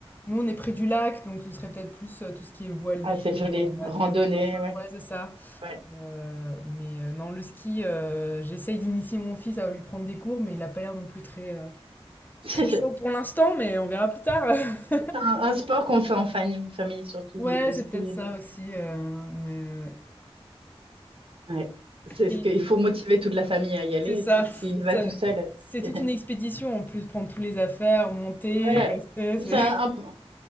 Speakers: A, on the left; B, on the right.
A: nous, on est près du lac, donc ce serait peut-être plus euh, tout ce qui est voilier,
B: Ah, c'est joli.
A: euh, aviron,
B: Randonnée,
A: machin.
B: ouais.
A: Ouais, c'est ça.
B: Ouais.
A: Euh, mais euh, non, le ski, euh, j'essaye d'initier mon fils à lui prendre des cours, mais il a pas l'air non plus très, euh,
B: <laughs>
A: très chaud pour l'instant, mais on verra plus tard. <laughs>
B: C'est un, un sport qu'on fait en fam- famille, surtout
A: Ouais,
B: le, le
A: c'est
B: ski.
A: peut-être ça
B: j'ai l'impression.
A: aussi. euh, mais...
B: Ouais. C'est ce
A: euh,
B: que, il faut motiver toute la famille à y aller.
A: C'est ça.
B: Si,
A: pff,
B: s'il va
A: C'est
B: tout seul.
A: c'est
B: <laughs>
A: toute une expédition en plus, prendre tous les affaires, monter,
B: Ouais.
A: rester.
B: C'est
A: C'est...
B: un, un-